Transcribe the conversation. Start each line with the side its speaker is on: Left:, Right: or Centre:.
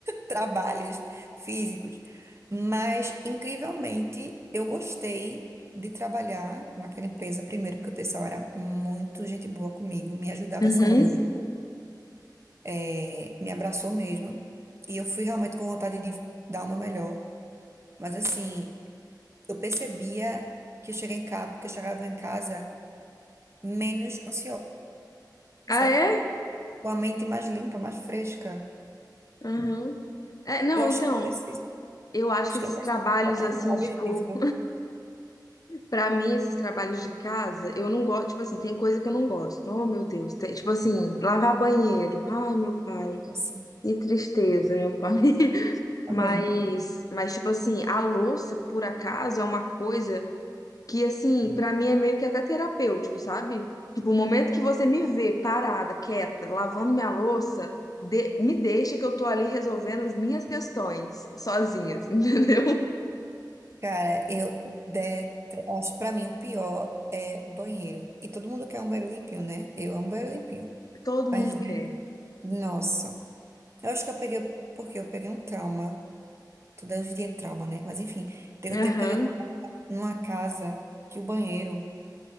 Right: trabalhos físicos. Mas, incrivelmente, eu gostei de trabalhar naquela empresa, primeiro, porque o pessoal era muito gente boa comigo, me ajudava
Left: Uhum.
Right: assim muito, eh, me abraçou mesmo. E eu fui realmente com vontade de dar o meu melhor. Mas, assim, eu percebia que eu cheguei em casa, que eu chegava em casa menos ansiosa,
Left: Ah,
Right: sabe?
Left: é?
Right: Com a mente mais limpa, mais fresca.
Left: Uhum. É, não,
Right: Eu acho
Left: então,
Right: que eu preciso,
Left: eu acho
Right: acho
Left: que esses
Right: que eu preciso
Left: trabalhos,
Right: encontrar
Left: assim,
Right: um hobby
Left: tipo,
Right: físico
Left: pra mim, esses trabalhos de casa, eu não gosto, tipo assim, tem coisa que eu não gosto. Oh, meu Deus. Tem- tipo assim, lavar banheiro. Ai, meu pai.
Right: assim,
Left: Que tristeza, meu pai.
Right: também.
Left: Mas, mas tipo assim, a louça, por acaso, é uma coisa que, assim, pra mim é meio que até terapêutico, sabe? Tipo, o momento que você me vê parada, quieta, lavando minha louça, de- me deixa que eu tô ali resolvendo as minhas questões sozinhas, <laughs> entendeu?
Right: Cara, eu detesto. Acho que pra mim o pior é banheiro. E todo mundo quer um banheiro limpinho, né? Eu amo banheiro limpinho.
Left: Todo
Right: Mas,
Left: mundo
Right: de-
Left: quer.
Right: nossa. Eu acho que eu peguei. Porque eu peguei um trauma. Tudo é hoje em dia é trauma, né? Mas enfim, teve
Left: Aham.
Right: um tempo que a gente morava numa casa que o banheiro,